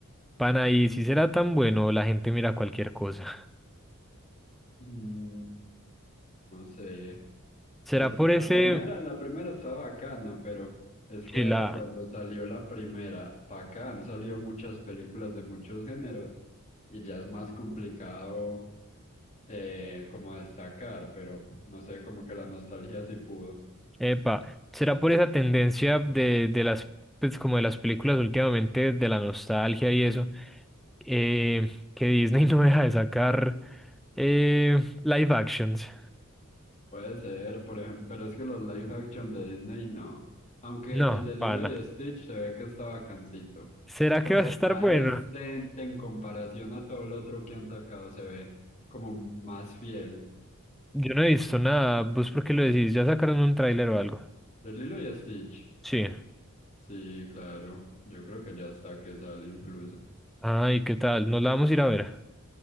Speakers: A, in the centre; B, on the left.
A: Pana, y si será tan bueno, la gente mira cualquier cosa.
B: Mm, no sé.
A: ¿Será
B: Pues
A: por
B: la
A: ese,
B: primera, la primera estaba bacana, pero es que
A: si
B: de
A: la,
B: cuando salió la primera, para acá han salido muchas películas de muchos géneros y ya es más complicado eh, como destacar, pero no sé, como que la nostalgia sí pudo.
A: epa, será por esa tendencia de, de las, pues como de las películas últimamente, de la nostalgia y eso, eh, que Disney <laughs> no deja de sacar eh, live actions?
B: Puede ser, por ejemplo, pero es que los live action de Disney no. Aunque
A: No,
B: el de Lilo
A: pana.
B: y Stitch se ve que está bacancito.
A: ¿Será
B: Pues
A: que va a
B: está
A: estar bueno?
B: decente en comparación a todo lo otro que han sacado, se ve como más fiel.
A: Yo no he visto nada. ¿Vos por qué lo decís? ¿Ya sacaron un tráiler o algo?
B: De Lilo y Stitch.
A: Sí.
B: Sí, claro. Yo creo que ya está que sale incluso.
A: Ay, ¿qué tal? ¿Nos la vamos a ir a ver?